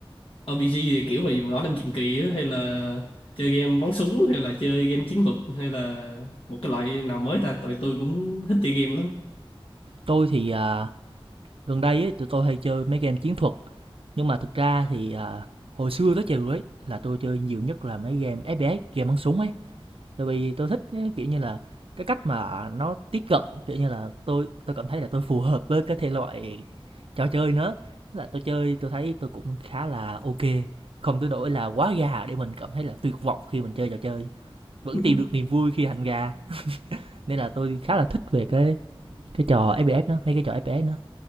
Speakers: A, on the left; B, on the right.
A: RPG thì kiểu là võ lâm truyền kỳ á, hay là chơi game bắn súng hay là chơi game chiến thuật hay là một cái loại nào mới ta tụi tôi cũng thích chơi game lắm
B: Tôi thì à, gần đây ấy, tụi tôi hay chơi mấy game chiến thuật nhưng mà thực ra thì à, hồi xưa tới trừ ấy là tôi chơi nhiều nhất là mấy game FPS, game bắn súng ấy. Tại vì tôi thích á, kiểu như là cái cách mà nó tiếp cận kiểu như là tôi tôi cảm thấy là tôi phù hợp với cái thể loại trò chơi nữa. Tức Là tôi chơi tôi thấy tôi cũng khá là ok, không tới nỗi là quá gà để mình cảm thấy là tuyệt vọng khi mình chơi trò chơi. Vẫn
A: <laughs>
B: tìm được niềm vui khi hành gà nên là tôi khá là thích về cái cái trò FPS đó, mấy cái trò FPS đó